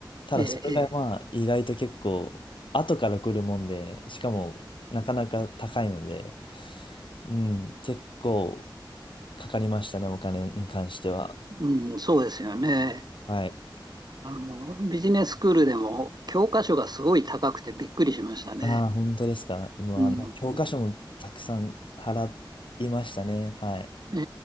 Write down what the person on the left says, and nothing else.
ただそれがまあ意外と結構後から来るもんで、
しかもなかなか高いので、うん、結構かかりましたね、お金に関しては。
はい。
ああ、本当ですか。うわ、
まあ、教科書もたくさん払いましたね。はい。